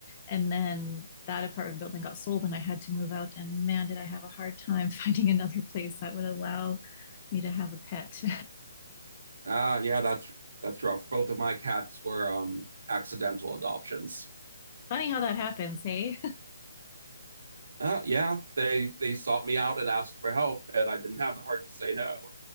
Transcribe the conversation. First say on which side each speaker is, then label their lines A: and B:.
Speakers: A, on the left; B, on the right.
A: And then that apartment building got sold and I had to move out. And man, did I have a hard time <laughs> finding another place that would allow me to have a pet.
B: Ah, yeah, that's that's rough. Both of my cats were um accidental adoptions.
A: <laughs> Funny how that happens, hey?
B: Uh, yeah, they they sought me out and asked for help, and I didn't have the heart to say no.